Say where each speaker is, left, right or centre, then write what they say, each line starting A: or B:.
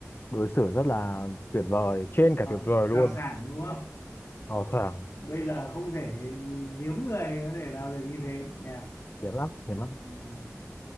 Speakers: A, on the left; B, on the left.
A: đối xử rất là tuyệt vời trên cả
B: Ờ,
A: tuyệt vời luôn
B: đào sản đúng không
A: hào sảng
B: bây giờ không thể hiếm người để làm được như thế nhỉ
A: hiếm lắm hiếm lắm
B: ừ.